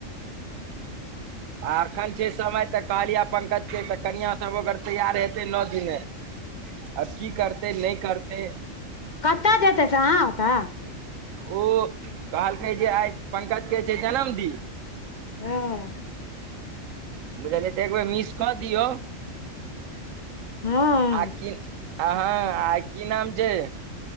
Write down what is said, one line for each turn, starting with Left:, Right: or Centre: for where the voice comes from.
Right: आ अखन छै समय तऽ कहलियै पंकज के कनिआ सब अगर तैयार हेतय न दिने आब की करतै, नै करतै।
Left: कतय जेतै से अहाँ ओतय?
Right: ओ कहलकै जे आय पंकज के छै जन्मदिन
Left: हां।
Right: बुझलियै तऽ एक बेेर मिस कऽ दियौ
Left: हँ
Right: आ की आ हाँ आ की नाम छै?